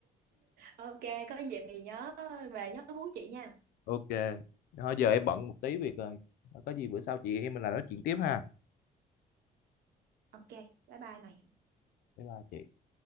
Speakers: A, on the right (about 80°); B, on the left (about 80°).
A: Ok, có dịp thì nhớ về nhớ hú chị nha.
B: ok thôi giờ em bận một tí việc rồi có gì bữa sau chị em mình lại nói chuyện tiếp ha
A: Ok, bye bye này.
B: bye bye chị